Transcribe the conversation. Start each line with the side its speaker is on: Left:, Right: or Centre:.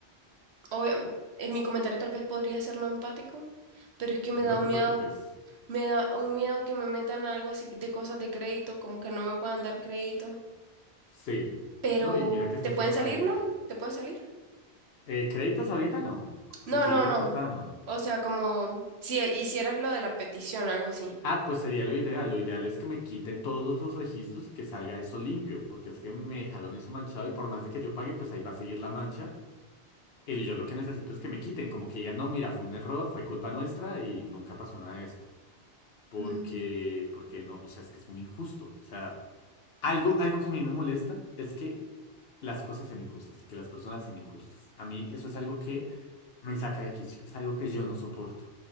Right: obvia- en mi comentario tal vez podría ser no empático, pero es que me
Left: Eh,
Right: da
Left: No
Right: un
Left: te
Right: miedo,
Left: preocupes.
Right: me da un miedo que me metan algo así de cosas de crédito, como que no me puedan dar crédito.
Left: Sí.
Right: Pero,
Left: No, y mira que es
Right: ¿te
Left: necesario.
Right: pueden salir, no? ¿Te puede salir?
Left: Eh, créditos ahorita no.
Right: No,
Left: Si sigo
Right: no,
Left: reportando.
Right: no. O sea, como si hicieras lo de la petición, algo así.
Left: Ah, pues sería lo ideal. Lo ideal es que me quiten todos los registros y que salga eso limpio, porque es que me dejaron eso manchado y por más de que yo pague, pues ahí va a seguir la mancha. Y yo lo que necesito es que me quiten, como que digan, no, mira, fue un error, fue culpa nuestra y nunca pasó nada de esto. Porque,
Right: Mm.
Left: porque no, o sea, es que es muy injusto. O sea, algo, algo que a mí me molesta es que las cosas sean injustas y que las personas sean injustas. A mí eso es algo que me saca de quicio, es algo que yo no soporto.